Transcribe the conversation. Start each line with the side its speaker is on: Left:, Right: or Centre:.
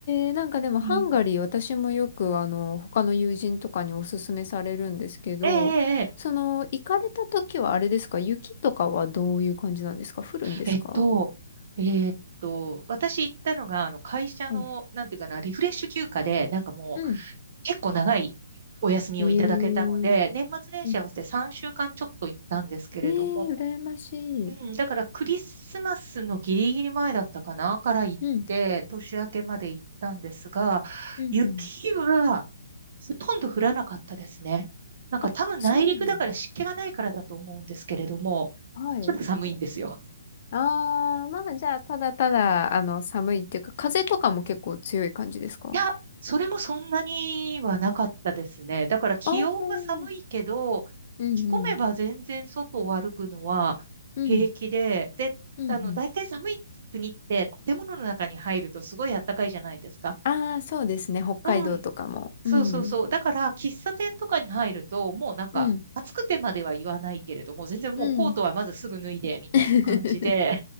Left: えなんかでもハンガリー私もよくあの他の友人とかにおすすめされるんですけど、
Right: うんええ、ええ、え
Left: その行かれた時はあれですか雪とかはどういう感じなんですか降るんですか
Right: ええっと、えっと、私行ったのが、あの、会社の、
Left: はい。
Right: なんていうかな、リフレッシュ休暇で、なんかもう、
Left: うん。
Right: 結構長いお休みをいただけたので、
Left: ええ
Right: 年末年始合わせて3週間ちょっと行ったんですけれども、
Left: うん。ええ羨ましい。
Right: うん、だからクリスマスのギリギリ前だったかな、から行って、
Left: うん。
Right: 年明けまで行ったんですが、
Left: うんうん。
Right: 雪はほとんど降らなかったですね。なんか多分内陸だから湿気がないからだと思うんですけれども、
Left: あ、そうなんだ。はい。
Right: ちょっと寒いんですよ。
Left: ああ、まあじゃあ、ただただ、あの、寒いっていうか、風とかも結構強い感じですか
Right: いや、それもそんなにはなかったですね。だから気温が寒いけど、
Left: ああー、うんうん、
Right: 着込めば全然外を歩くのは平気で、
Left: うん、
Right: で、
Left: うんうん。
Right: あの、大体寒い国って建物の中に入るとすごい暖かいじゃないですか。
Left: ああ、そうですね、北海道とかも。
Right: うん、そうそうそう。
Left: うん、
Right: だから喫茶店とかに入ると、もうなんか暑くてまでは言わないけれども、
Left: うん、
Right: 全然もうコートはまずすぐ脱いでみたいな感じで、
Left: うん。<laughs>